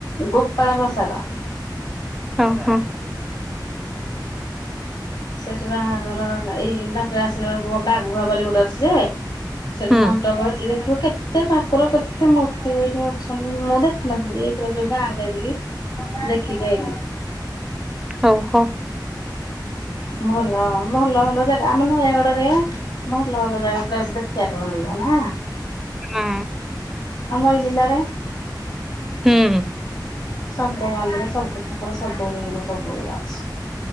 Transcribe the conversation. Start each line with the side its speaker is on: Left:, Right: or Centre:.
Left: ଗୋପାଳ ପ୍ରସାଦ।
Centre: ଓ ହଁ।
Left: ସେଠି ବାହାଘର ଏଇ ବାଟରେ ଆସିଲା ବେଳକୁ ବାଘୁଆ ବାଲି ଗୋଟେ ଅଛି ଯେ ସେଠି
Centre: ହୁଁ
Left: ମଣ୍ଡପ ହେଇଛି ଦେଖିବ କେତେ ଠାକୁର କେତେ ମୂର୍ତ୍ତି ହେଇକି ଅଛନ୍ତି ମୁଁ ଦେଖୀ ଦେଖିନଥିଲି ଏଇଥର ଯୋଉ ଗାଁକୁ ଯାଇଥିଲି ଦେଖିକି ଆଇଲିି।
Centre: ହଉ ହଉ।
Left: ଭଲ ଭଲ ଭଲ ଜାଗା ଆମ ନୟାଗଡରେ। ଭଲ ଭଲ ଜାଗା ପ୍ରାୟ ସବୁ ଦେଖିବାକୁ ମିଳିବ ନା।
Centre: ହୁଁ
Left: ଆମ ଏଇ ଜିଲ୍ଲାରେ।
Centre: ହୁଁ।
Left: ସବୁ ମନ୍ଦିର, ସବୁ ଠାକୁର, ସବୁ ମାନେ ସବୁ ଇଏ ଅଛି।